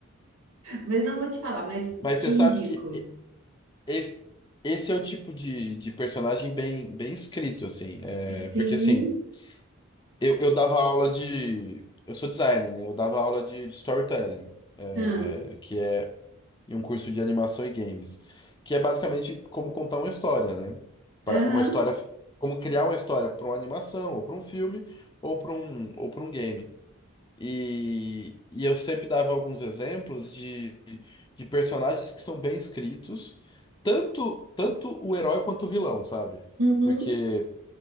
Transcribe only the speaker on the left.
Mas
você
sabe que e- esse, esse é o tipo de, de personagem bem, bem escrito, assim. É,
porque assim. Eu, eu dava aula de. Eu sou designer, né? Eu dava aula de, de storytelling, é,
que é em um curso de animação e games, que é basicamente como contar uma história, né? Para
uma história, como criar uma história para uma animação, ou para um filme, ou para um, ou para um game. E, e eu sempre dava alguns exemplos de, de personagens que são bem escritos, tanto, tanto o herói quanto o vilão, sabe?
Porque